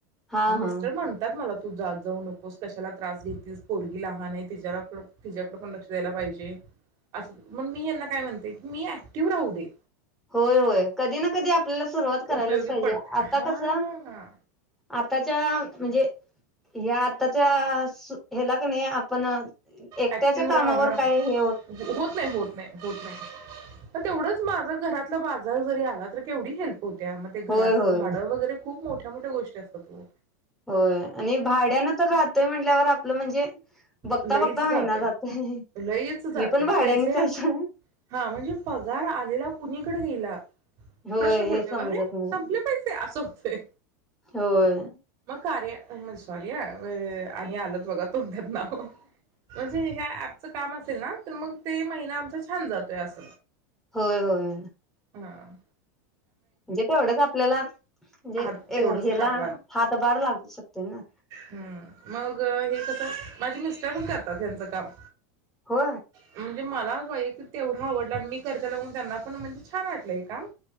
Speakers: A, in the centre; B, on the right (about 40°).
A: हा
B: हं मिस्टर
A: हा
B: म्हणतात मला तू जात जाऊ नकोस कशाला त्रास घेतीस पोरगी लहान आहे तिज्यारपुढ तिच्याकडे पण लक्ष द्यायला पाहिजे असं मग मी यांना काय म्हणते की मी ऍक्टिव राहू दे
A: होय होय कधी ना कधी आपल्याला सु सुरुवात करायलाच
B: उपयोगी
A: पाहिजे?
B: पडते
A: आता
B: हा.
A: कस आ आताच्या म्हणजे या आताच्या स ह्याला क नाही आपण एकट्याच्या
B: ऍक्टिव
A: कामावर
B: राहण होत
A: काही हे
B: नाही होत नाही होत नाही तेवढंच माझ घरात चा बाजार जरी आला तर केवढी हिन होत्या मग ते घराचं
A: होय होय
B: भाडं वगैरे? खूप मोठ्या मोठ्या गोष्टी असतात वो
A: होय आणि भाड्यान तर राहतय म्हणल्यावर आप प्ल म्हणजे बघता
B: लईच
A: बघता महिना
B: जातय
A: जातोय
B: लईच जातय
A: मी पण भाड्यानेच
B: पैसे
A: आहे सोडा
B: हा म्हणजे पगार आलेला कुणी? <unintelligible>
A: होय
B: प्रश्न पडतोय
A: हे समजत
B: अरे
A: नाही
B: संपले पैसे असं होतंय
A: होय
B: मग कार्या म्हण सॉरी हा आणि आलच बघा तोंडात नाव म्हणजे ह्या ॲपच काम असेल ना तर मग ते महिना आमचा छान जातोय अस
A: होय होय
B: हां
A: म्हणजे तेवढंच आपल्याला म्हणजे
B: हात तेवढंच
A: ह्याला
B: हातभार
A: हातभार लागू शकते ना
B: हम्म मग हे कसं माझे मिस्टर पण करतात ह्यांच काम
A: हो
B: <unintelligible> म्हणजे मला वैयक् तेवढं आवडलं आणि मी करत्याल बघून त्यांना पण म्हणजे छान वाटलंय काम